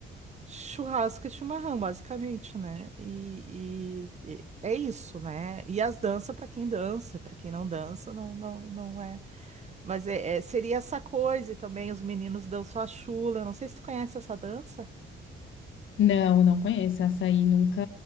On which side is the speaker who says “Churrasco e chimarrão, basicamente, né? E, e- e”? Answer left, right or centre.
Right